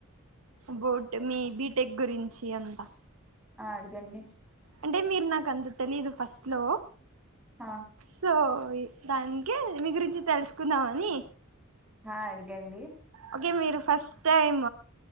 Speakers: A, on the right; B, in the centre.
A: బోట్ మీ బీటెక్ గురించి అంతా
B: ఆ అడగండి
A: అంటే మీరు నాకంత తెలీదు ఫస్ట్ లో
B: ఆ
A: సో దానికే మీ గురించి తెలుసుకుందాం అని
B: హ అడగండి
A: ఓకే మీరు ఫస్ట్ టైమ్